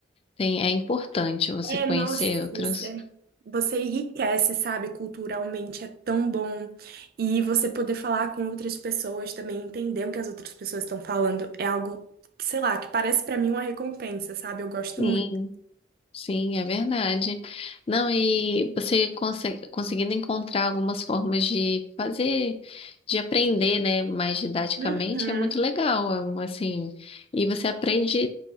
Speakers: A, on the left; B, on the right.
A: Tem, é importante você
B: É,
A: conhecer
B: nossa,
A: outros.
B: você, você enriquece, sabe? Culturalmente é tão bom. E você poder falar com outras pessoas também, entender o que as outras pessoas estão falando, é algo que, sei lá, que parece pra mim uma recompensa, sabe? Eu gosto
A: Sim,
B: muito.
A: sim, é verdade. Não, e você consegue, conseguindo encontrar algumas formas de fazer, de aprender, né, mais didaticamente,
B: Uhum.
A: é muito legal, é um, assim. E você aprende,